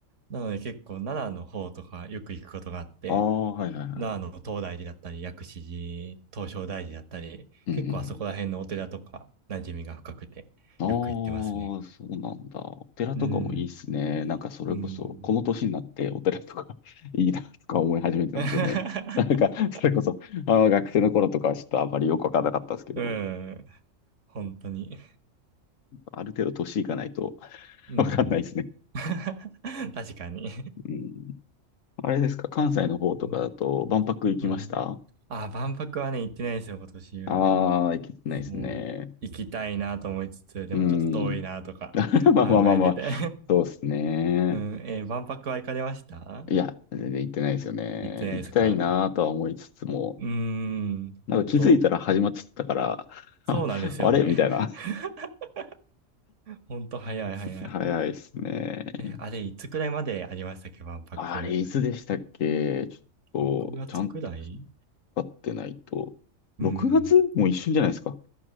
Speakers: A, on the right; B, on the left.
A: なので結構奈良の方とかよく行くことがあって、
B: ああ、はいはいは
A: 奈良の東大寺だったり、薬師寺、東照大寺だったり、
B: い。
A: 結構あそこら辺のお寺とか馴染みが深くて、
B: うん。ああ、
A: よく行ってますね。
B: そうなんだ。お寺とかもいいっすね。
A: うん。
B: なんか、それこそ、
A: うん。
B: この年になってお寺とか <laughs> いいなとか思い始めてますよね。
A: <laughs>
B: なんか、それこそ、あの、学生の頃とかはちょっとあんまりよくわからなかったんですけど、
A: うん。本当に。
B: ある程度年いかないと <laughs>
A: うん。
B: わかんないですね。
A: <laughs> 確かに。
B: うん。あれですか、関西の方とかだと、
A: うん。
B: 万博行きました
A: うん。あ、万博はね、行ってないですよ、今年は。
B: ああー、行けてないですね。
A: もう、行きたいなと思いつつ、でもちょっと遠いなとか考えてて。
B: うん。<laughs> まあまあまあまあ、そうですね。
A: <laughs> うん。えー万博は行かれました
B: いや、全然行ってないですよね。
A: 行ってないですか
B: 行きたいなとは思いつつも、
A: うーん。
B: なんか気づいたら始まっちゃったから、
A: 本当。そうなんですよね。
B: <laughs> あ、あれみたいな。
A: <laughs> 本当早い早い。
B: <laughs> 早いですね。
A: え、あれ、いつくらいまでありましたっけ、万博。
B: あれ、いつでしたっけちょっと、
A: 6月くらい
B: ちゃんと分かってないと。
A: うん。
B: 6月もう一瞬じゃないですか。